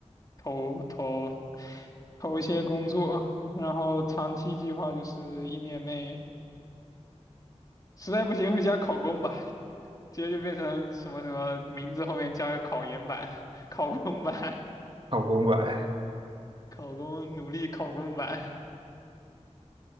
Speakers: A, on the left; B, on the right.
A: 投投投一些工作，然后长期计划就是一年内，实在不行回家考公吧，直接就变成什么什么名字后面加个考研版、<laughs> 考公版、
B: 靠公馆，
A: 考公努力考公版。